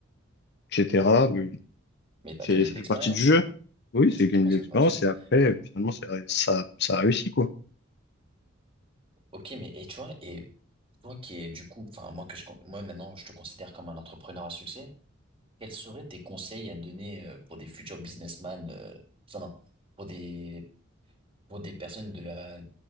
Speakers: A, on the left; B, on the right.
A: etc. Mais
B: Mais t'as
A: c'est,
B: gagné
A: ça
B: de l'expérience.
A: fait partie du jeu. Oui,
B: Exactement,
A: c'est gagner de
B: ça
A: l'expérience
B: fait partie du jeu.
A: et après,
B: Donc,
A: euh, finalement, ça, ça, ça a réussi, quoi.
B: ok, mais, et tu vois, et toi qui es, du coup, enfin, moi que je, con- moi maintenant, je te considère comme un entrepreneur à succès, quels seraient tes conseils à donner euh, pour des futurs businessmen, euh, enfin, non, pour des pour des personnes de la,